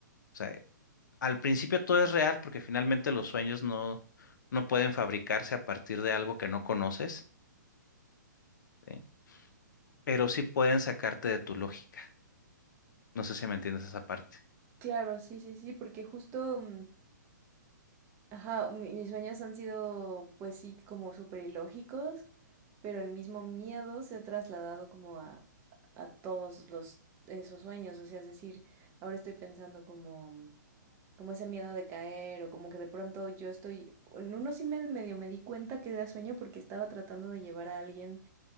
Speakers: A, on the left (about 70°); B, on the right (about 25°).
A: o sea, al principio todo es real porque finalmente los sueños no, no pueden fabricarse a partir de algo que no conoces, ¿sí? Pero sí pueden sacarte de tu lógica. No sé si me entiendes esa parte.
B: Claro, sí, sí, sí, porque justo mm, Ajá, mi- mis sueños han sido, pues sí, como súper ilógicos, pero el mismo miedo se ha trasladado como a, a todos los, esos sueños. O sea, es decir, ahora estoy pensando como, como ese miedo de caer o como que de pronto yo estoy, en uno sí me medio me di cuenta que era sueño porque estaba tratando de llevar a alguien